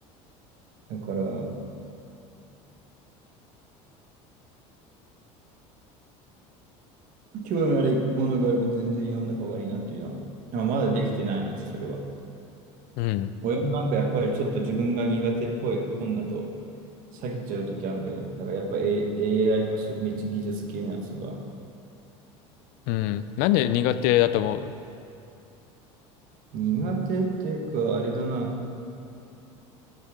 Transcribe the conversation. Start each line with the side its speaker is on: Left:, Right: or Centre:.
Right: だから、興味あるものがあれば全然読んだ方がいいなっていうのは。まあ、まだできてないね、それは。
Left: うん。
Right: 親もなんかやっぱりちょっと自分が苦手っぽい本だと避けちゃうときあるんだよね。だからやっぱ、A、AI とかそういうめっちゃ技術系のやつとか。
Left: うん。なんで苦手だと思う
Right: 苦手っていうか、あれだな。